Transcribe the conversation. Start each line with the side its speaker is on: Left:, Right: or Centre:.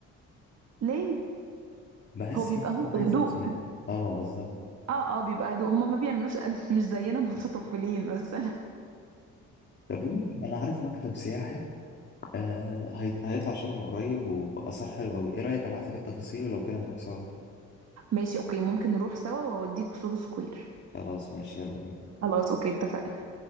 Right: ليه
Left: بحس
Right: هو بيبقى
Left: ان
Right: هو
Left: انا
Right: هدوء
Left: عايز افصل بقى. اه بالظبط
Right: اه اه بيبقى هدوء هما ما بيعملوش <laughs> مش زينا متطفلين مثلا
Left: طب ممكن- انا عارف مكتب سياحي آه هيط- هيطلع شرم قريب وبأسعار حلوة قوي ايه رأيك ابعت لك التفاصيل ولو كده نروح سوا
Right: <laughs> ماشي اوكي ممكن نروح سوا واوديك سوهو سكوير
Left: خلاص ماشي يلا بينا
Right: خلاص اوكي اتفقنا